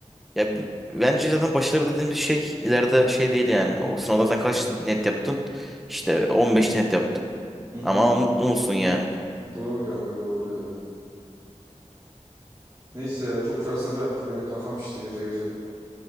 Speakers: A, in the centre; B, on the right (about 25°).
A: Ya b- bence zaten başarı dediğimiz şey ileride şey değil yani. O sınavdan sen kaç net yaptın? İşte 15 net yaptım.
B: Hı hı.
A: Ama mutlu musun yani?
B: Doğru kanka doğru ya. Neyse ya çok felsefe yaptık yine kafam şişti gece gece.